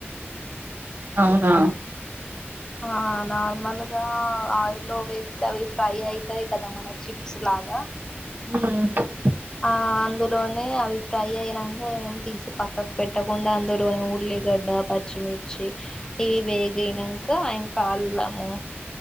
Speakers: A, on the right; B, on the left.
A: అవునా
B: ఆ నార్మల్గ ఆ ఆయిల్ వేప్ అవి ఫ్రై అయితాయి కదా మన చిప్స్ లాగా
A: ఉహ్ ఉ
B: ఆ అందులోనే అవి ఫ్రై అయినంక, ఏం తీసి పక్కకు పెట్టకుండా, అందులోనే ఉల్లిగడ్డ, పచ్చిమిర్చి ఇవి వేగనంక, అల్లము